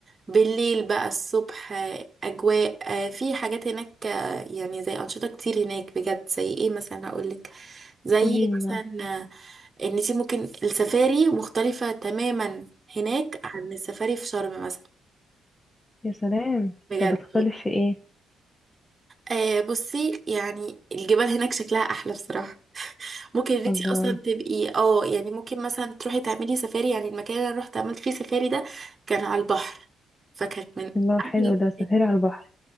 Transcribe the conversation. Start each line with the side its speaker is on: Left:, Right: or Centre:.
Right: بالليل بقى الصبح آه، اجواء آه، في حاجات هناك آه، يعني زي انشطة كتير هناك بجد زي ايه مثلا هقولك زي
Left: قولي لي
Right: مثلا
Left: بقى
Right: آه، ان انت ممكن السفاري مختلفة تماما هناك عن السفاري في شرم مثلا
Left: يا سلام
Right: بجد
Left: طب بتختلف في ايه
Right: آه بصي يعني الجبال هناك شكلها احلى بصراحه ممكن ان انتي
Left: الله
Right: اصلا تبقي اه يعني ممكن مثلا تروحي تعملي سفاري يعني المكان اللي انا رحت عملت فيه سفاري ده كان على البحر فكانت من
Left: الله
Right: احلى
Left: حلو ده سفاري على البحر